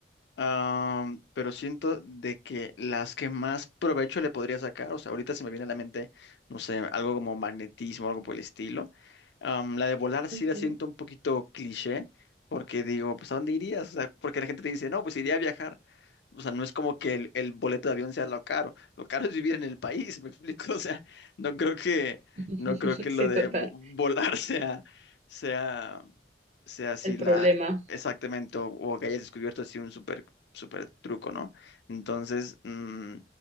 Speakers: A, on the left; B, on the right.
A: Am, pero siento de que las que más provecho le podría sacar, o sea, ahorita se me viene a la mente, no sé, algo como magnetismo, algo por el estilo. Am, la de volar sí
B: Ujú.
A: la siento un poquito cliché, porque digo, pues ¿a dónde irías? O sea, porque la gente te dice, no, pues iría a viajar. O sea, no es como que el, el boleto de avión sea lo caro. Lo caro es vivir en el país, ¿me explico? <laughs> O sea, no creo que,
B: <laughs>
A: no creo que
B: Sí,
A: lo de
B: total.
A: vo- volar <laughs> sea, sea, sea así
B: El problema.
A: la, exactamente, o, o que hayas descubierto así un súper truco, ¿no? Entonces, mm,